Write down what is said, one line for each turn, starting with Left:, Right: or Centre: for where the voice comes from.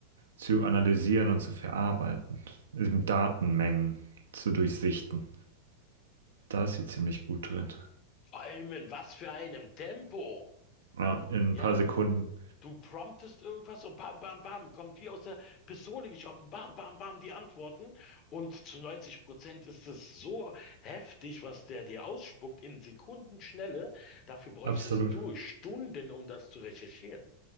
Right: zu analysieren und zu verarbeiten, eben Datenmengen zu durchsichten. Da ist sie ziemlich gut drin.
Left: Vor allem in was für einem Tempo.
Right: Ja, in ein
Left: Ja,
Right: paar Sekunden.
Left: Du promptest irgendwas und bam, bam, bam, kommt wie aus der Pistole geschossen, bam, bam, bam, die Antworten. Und zu 90 Prozent ist es so heftig, was der dir ausspuckt in Sekundenschnelle. Dafür bräuchtest
Right: Absolut.
Left: du Stunden, um das zu recherchieren.